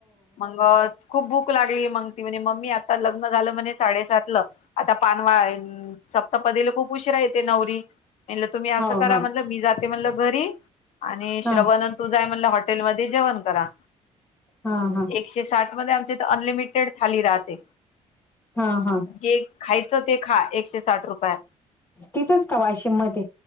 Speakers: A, on the left (about 65°); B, on the left (about 20°).
A: मंगत खूप भूक लागली मग ती म्हणे मम्मी आता लग्न झालं म्हणे साडेसातल आता पानवा- सप्तापदीला खूप उशिरा येते नवरी. तुम्ही
B: हो
A: असं करा
B: हो
A: म्हणलं मी जाते म्हणलं घरी आणि श्रवण-
B: हा
A: तू जाय म्हणलं हॉटेलमध्ये जेवण करा.
B: हा हा.
A: एकशे साठ मध्ये आमच्या इथ अनलिमिटेड थाली राहते.
B: हा हा.
A: जे खायचं ते खा एकशे साठ रुपयात.
B: तिथंच का वाशिम मध्ये?